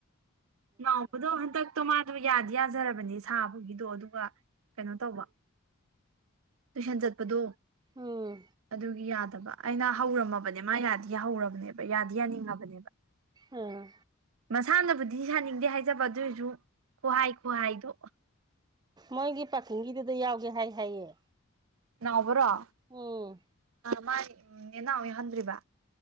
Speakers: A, on the right; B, on the right.
A: ꯅꯥꯎꯕꯗꯣ ꯍꯟꯗꯛꯇꯣ ꯃꯥꯗꯣ ꯌꯥꯗꯤ ꯌꯥꯖꯔꯕꯅꯤ ꯁꯥꯕꯒꯤꯗꯣ ꯑꯗꯨꯒ ꯀꯩꯅꯣ ꯇꯧꯕ ꯇꯨꯏꯁꯟ ꯆꯠꯄꯗꯣ
B: ꯎꯝ
A: ꯑꯗꯨꯒꯤ ꯌꯥꯗꯕ ꯑꯩꯅ ꯍꯧꯔꯝꯃꯕꯅꯦ ꯃꯥ ꯌꯥꯗꯤ ꯌꯥ ꯍꯧꯔꯝꯕꯅꯦꯕ ꯌꯥꯗꯤ ꯌꯥꯅꯤꯡꯉꯕꯅꯦꯕ
B: ꯑꯥ
A: ꯃꯁꯥꯅꯕꯨꯗꯤ ꯁꯥꯅꯤꯡꯗꯦ ꯍꯥꯏꯖꯕ ꯑꯗꫭꯏꯖꯨ ꯈꯨꯍꯥꯏ ꯈꯨꯍꯥꯏꯗꯣ
B: ꯃꯣꯏꯒꯤ ꯄꯥꯀꯤꯡꯒꯤꯗꯨꯗ ꯌꯥꯎꯒꯦ ꯍꯥꯏ ꯍꯥꯏꯌꯦ
A: ꯅꯥꯎꯕꯥꯔꯣ
B: ꯎꯝ
A: ꯃꯥꯒꯤ ꯅꯦꯅꯥꯎꯕꯤ ꯍꯟꯗ꯭ꯔꯤꯕ